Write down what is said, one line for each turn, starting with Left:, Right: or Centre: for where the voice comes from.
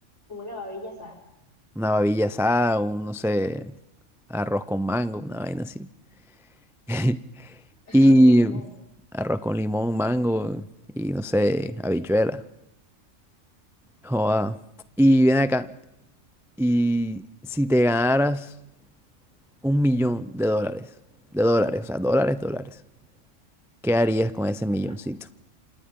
Left: una babilla asada,
Centre: Una babilla asada, un, no sé, arroz con mango, una vaina así. <laughs>
Left: arroz
Centre: Y
Left: con limón.
Centre: arroz con limón, mango y no sé, habichuela. Joda. Y ven acá. Y si te ganaras un millón de dólares, de dólares, o sea, dólares, dólares, ¿qué harías con ese
Left: mucha
Centre: milloncito?
Left: plata.